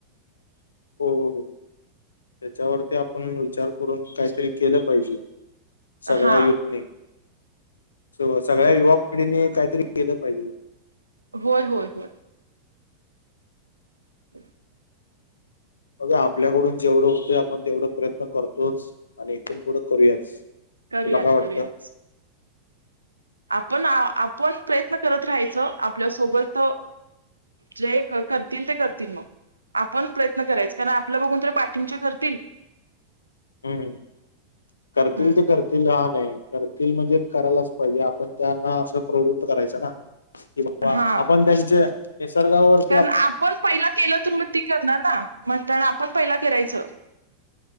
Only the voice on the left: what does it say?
हो,,, त्याच्यावरती आपण विचार करून काहीतरी केलं पाहिजे. सगळ्या
युथनीऽ स सगळ्या युवा पिढीने काहीतरी केलं पाहिजे.
अग आपल्याकडून जेवढं होतंय आपण तेवढं प्रयत्न करतोच,,, आणि इथून पुढं करूयाच.
तुला काय वाटतं
हम्म,, करतील
ते करतीलऽ तील हा नाही,, करतील म्हणजे करायलाच पाहिजे,, आपण त्यांना असं प्रवृत्त करायचं नाऽ कि बाबा,,
आपण त्यांच्या निसर्गावरत्वर्नऽ